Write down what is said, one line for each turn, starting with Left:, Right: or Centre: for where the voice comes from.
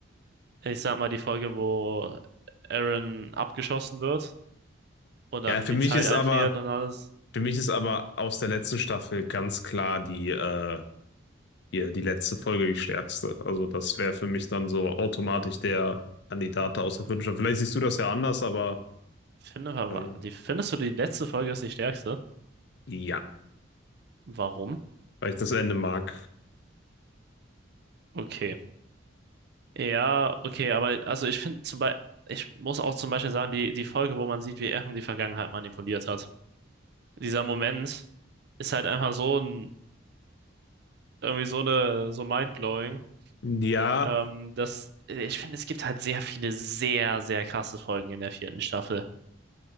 Right: ich sag mal, die Folge, wo Eren abgeschossen wird und dann
Left: ja, für
Right: die
Left: mich
Right: Zeit
Left: ist
Right: einfriert
Left: aber,
Right: und alles.
Left: Für mich ist aber aus der letzten Staffel ganz klar die, äh, hier, die letzte Folge die stärkste. Also das wäre für mich dann so automatisch der Kandidat da aus der fünften Staffel. Vielleicht siehst du das ja anders, aber
Right: Finde, war-
Left: weil,
Right: die, findest du, die letzte Folge ist die stärkste?
Left: ja,
Right: Warum?
Left: weil ich das Ende mag.
Right: Okay. Ja, okay, aber also ich finde zum Beispiel, ich muss auch zum Beispiel sagen, die, die Folge, wo man sieht, wie Eren die Vergangenheit manipuliert hat. Dieser Moment ist halt einfach so ein, irgendwie so eine, so mindblowing,
Left: Ja,
Right: ähm, dass äh, ich finde, es gibt halt sehr viele sehr, sehr krasse Folgen in der vierten Staffel.